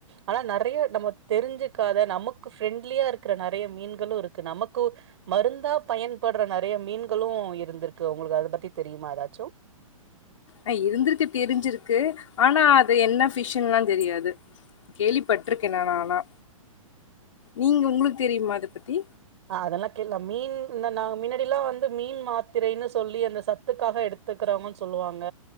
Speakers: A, on the right (about 55°); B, on the left (about 60°).
A: ஆனா நறய நமக் தெரிஞ்சுக்காத நமக்கு ஃப்ரெண்ட்லியா இருக் இருக்கிற நறய மீன்களும் இருக்கு நமக்கு மருந்தா பயன்படுற நறய மீன்களும் இருந்திருக்கு க்கு உங்களுக்கு அத பத்தி தெரியுமா ஏதாச்சூ
B: ஆ இருந்திருக்கு தெரிஞ்சிருக்கு ஆனா அது என்ன ஃபிஷன்ல்லா தெரியாது கேள்விப்பட்டிருக்கே நா ஆனா நீங்க உங்களுக்குத் தெரியுமா அத பத்தி
A: அஹ் அதெல்லாம் கேட்லா மீன் இந நா மின்னாடில்லா வந்து மீன் மாத்திரைன்னு சொல்லி அந்த சத்துக்காக எடுத் துக்கறாங்கன் சொல்லுவாங்க